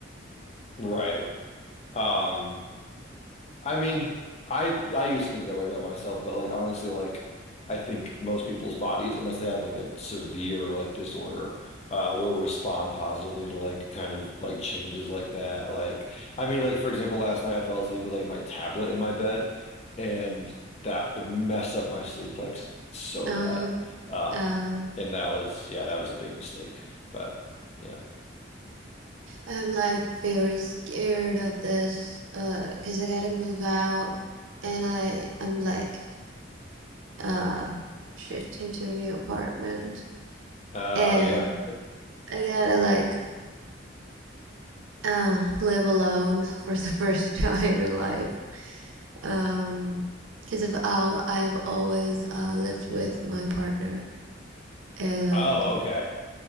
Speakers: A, on the left (about 35°); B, on the right (about 85°).
A: right. Um I mean, I I used to think that way about myself, but like honestly, like I think most people's bodies, unless they have like a severe like disorder, uh, will respond positively to like kind of like changes like that. Like I mean, like for example, last night I fell asleep with like my tablet in my bed, and that would mess up my sleep like so
B: Um,
A: bad.
B: Uh,
A: Um,
B: um,
A: and that was yeah, that was a big mistake. But yeah.
B: uh, I'm like very scared of this, Uh, because I gotta move out, and I I'm like um shifting to a new apartment,
A: Oh
B: and
A: yeah.
B: I gotta like um, live alone <laughs> for the first <laughs> time in life. Um, because of how I've always uh, lived with my partner, and
A: Oh okay.